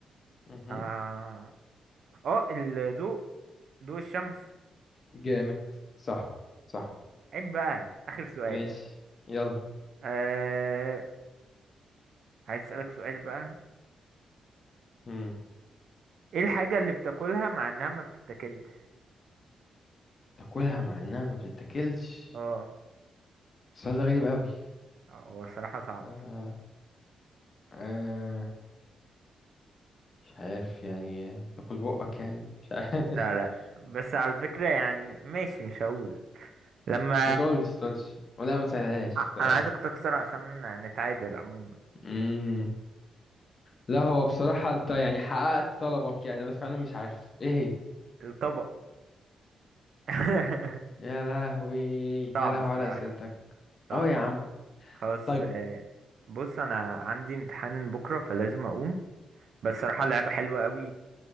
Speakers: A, on the left; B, on the right.
A: مهم.
B: اه اه الضوء ضوء الشمس
A: جامد صح صح
B: عيب بقى اخر سؤال
A: ماشي يلا
B: أه... عايز اسألك سؤال بقى
A: مم.
B: ايه الحاجة اللي بتاكلها مع انها ما بتتاكلش
A: تاكلها مع انها ما بتتاكلش
B: اه
A: السؤال ده غريب قوي
B: آه، هو الصراحة صعب
A: آه. آه. مش عارف يعني تاكل بقك يعني مش عارف
B: لا لا
A: <laughs>
B: بس على فكرة يعني ماشي مش هقول لما
A: ما تقولش ما تقولش ولا ما تسهلهاش
B: ع-
A: ما تسهلهاش
B: انا عايزك تخسر عشان نتعادل عموما
A: مم. لا هو بصراحة انت يعني حققت طلبك يعني انا فعلا مش عارف ايه هي
B: الطبق <laughs>
A: يا لهوي
B: صعب
A: يا لهوي
B: الصراحة
A: على اسئلتك
B: صعب
A: اه يا عم
B: خلاص
A: طيب
B: آه، بص انا عندي امتحان بكرة فلازم اقوم بس صراحة اللعبة
A: اوكي
B: حلوة قوي